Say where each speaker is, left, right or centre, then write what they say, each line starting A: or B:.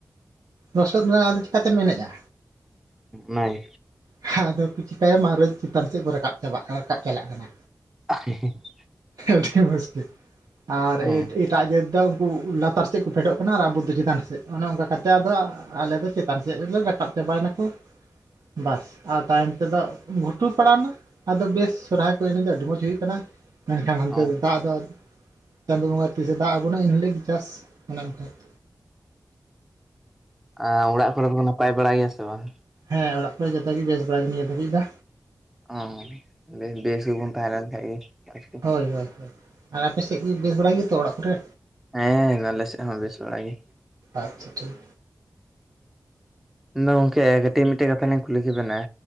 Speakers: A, on the right (about 60°); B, in the centre.
A: ᱞᱚᱥᱚᱫ ᱨᱮ ᱟᱫᱚ ᱪᱤᱠᱟᱛᱮᱢ ᱮᱱᱮᱡᱼᱟ᱾
B: ᱱᱟᱭ
A: <unintelligible> ᱪᱤᱠᱟᱹᱭᱟ ᱢᱟ ᱨᱚᱡᱽ ᱪᱮᱛᱟᱱ ᱥᱮᱫ ᱠᱚ ᱨᱟᱠᱟᱵ ᱪᱟᱵᱟᱜ ᱠᱟᱱᱟ ᱨᱟᱠᱟᱵ ᱪᱟᱞᱟᱜ ᱠᱟᱱᱟ᱾
B: ᱟᱦ <unintelligible>
A: ᱟᱹᱰᱤ ᱢᱩᱥᱠᱤᱞ ᱟᱨ <unintelligible>
B: ᱚ
A: ᱮᱴᱟᱜ ᱡᱟᱹᱛ ᱫᱚ ᱩᱱᱠᱩ ᱞᱟᱛᱟᱨ ᱥᱮᱫ ᱠᱚ ᱯᱷᱮᱰᱚᱜ ᱠᱟᱱᱟ ᱟᱨ ᱟᱵᱚ ᱫᱚ ᱪᱮᱛᱟᱱ ᱥᱮᱫ ᱚᱱᱮ ᱚᱱᱠᱟ ᱠᱟᱛᱮᱫ ᱟᱫᱚ ᱟᱞᱮ ᱫᱚ ᱪᱮᱛᱟᱱ ᱥᱮᱫ ᱨᱮᱞᱮ ᱨᱟᱠᱟᱵ ᱪᱟᱵᱟᱭᱱᱟᱠᱚ ᱵᱟᱥ ᱟᱨ ᱛᱟᱭᱚᱢ ᱛᱮᱫᱚ ᱜᱷᱩᱴᱩ ᱯᱟᱲᱟᱣ ᱮᱱᱟ ᱟᱫᱚ ᱵᱮᱥ ᱥᱚᱨᱦᱟᱭ ᱠᱚ ᱮᱱᱮᱡ ᱫᱚ ᱟᱹᱰᱤ ᱢᱚᱸᱡᱽ ᱦᱩᱭᱩᱜ ᱠᱟᱱᱟ ᱢᱮᱱᱠᱷᱟᱱ ᱦᱟᱱᱛᱮ
B: ᱚ
A: ᱫᱚ ᱫᱟᱜ ᱫᱚ ᱪᱟᱸᱫᱳ ᱵᱚᱸᱜᱟ ᱛᱤᱥᱮ ᱫᱟᱜ ᱟᱵᱚᱱᱟ ᱮᱱ ᱦᱤᱞᱳᱜ ᱜᱮ ᱪᱟᱥ <unintelligible>
B: ᱟᱨ ᱚᱲᱟᱜ ᱠᱚᱨᱮ ᱫᱚ ᱱᱟᱯᱟᱭ ᱵᱟᱲᱟ ᱜᱮᱭᱟ ᱥᱮ ᱵᱟᱝ?
A: ᱦᱮᱸ ᱚᱲᱟᱜ ᱠᱚᱨᱮ ᱡᱚᱛᱚ ᱜᱮ ᱵᱮᱥ ᱵᱟᱲᱟ ᱜᱮ ᱱᱤᱭᱟᱹ ᱫᱷᱟᱹᱨᱤᱡ ᱫᱚ᱾
B: ᱚᱸ ᱵᱮᱥ ᱜᱮᱵᱚᱱ ᱛᱟᱦᱮᱸ ᱞᱮᱱ ᱠᱷᱟᱡ ᱜᱮ ᱢᱚᱡᱽ ᱜᱮ᱾
A: ᱦᱳᱭ ᱦᱳᱭ ᱟᱨ ᱟᱯᱮ ᱥᱮᱫ ᱜᱮ ᱵᱮᱥ ᱵᱟᱲᱟ ᱜᱮᱭᱟᱛᱚ ᱚᱲᱟᱜ ᱠᱚᱨᱮ?
B: ᱦᱮᱸ ᱟᱞᱮ ᱥᱮᱫ ᱦᱚᱸ ᱵᱮᱥ ᱵᱟᱲᱟ ᱜᱮ
A: ᱟᱪᱪᱷᱟ ᱴᱷᱤᱠ
B: ᱩᱸ ᱟᱫᱚ ᱜᱚᱝᱠᱮ ᱠᱟᱹᱴᱤᱡ ᱢᱤᱫᱴᱮᱡ ᱠᱟᱛᱷᱟ ᱞᱤᱧ ᱠᱩᱞᱤ ᱠᱮᱵᱮᱱᱟ᱾